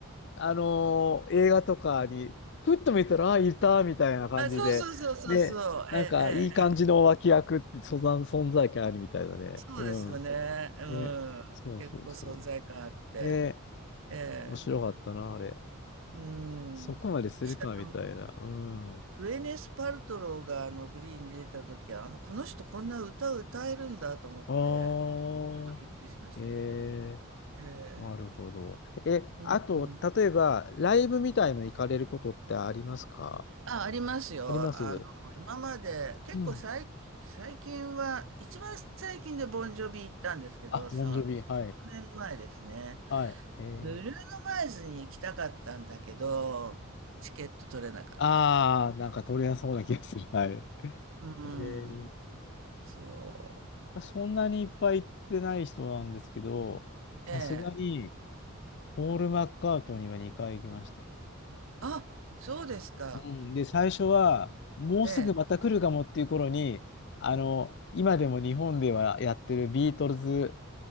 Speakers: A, on the left (about 55°); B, on the right (about 65°).
A: あのー映画とかに、ふっと見たら、ああ、いた、みたいな感じで、
B: あ、そうそうそうそうそう。
A: ね、なんか、
B: ええ、
A: いい感じの脇役って、
B: ええ。
A: そざん存在感あるみたいだね。
B: そうですよね。
A: うん。
B: う
A: ね、
B: ん。
A: そうそうそ
B: 結構存在感あって。
A: う。ね、
B: ええ。
A: 面白かったな、あれ。
B: うん。
A: そこまでするかみたいな。
B: 私、あの、
A: うん。
B: グエネス・パルトローがあのグリーンに出た時は、あの、この人こんな歌を歌えるんだと思って、
A: あ
B: ちょっとびっくりしましたけど。
A: あ、ええ
B: ええ。
A: なるほど。え、
B: うんうん。
A: あと、例えば、ライブみたいの行かれることってありますか
B: あ、ありますよ。
A: あります。
B: あの、
A: う
B: 今まで、結構最、
A: ん。
B: 最近は、一番最近でボンジョビ行ったんですけど、
A: あ、
B: 3、
A: モンジョビ、
B: 3年前ですね。
A: はい。はい。ええ
B: ブルーノ・マーズに行きたかったんだけど、チケット取れなかった。
A: ああー、なんか取れやすそうな気がする。はい。
B: うーん。
A: え
B: そ
A: えそんなにいっぱい行ってない人なんですけど、さすがに、
B: う。ええ。
A: ポール・マッカートニーは2回行きました。
B: あ、そうですか。
A: うん、で、最初は、もうすぐまた来るかもっていう頃に、
B: ええ、
A: あの、今でも日本ではやってるビートルズ